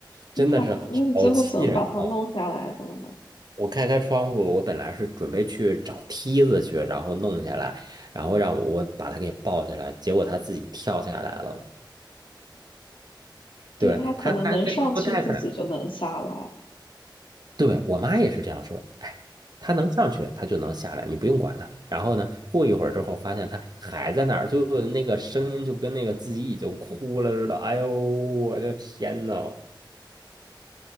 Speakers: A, on the left (about 90°); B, on the right (about 55°).
A: 那他那你最后怎么把它弄下来的呢？
B: 真的是好气人哦！我开开窗户，我本来是准备去找梯子去，然后弄下来，然后让我把他给抱下来，结果他自己跳下来了。
A: 对，
B: 对，
A: 它可能能上去，
B: 他，他他他不太敢。
A: 自己就能下来。
B: 对，我妈也是这样说，哎，他能上去，他就能下来，你不用管他。然后呢，过一会儿之后，发现他还在那儿，就那个声音就跟那个自己已经哭了似的。哎呦，我的天呐！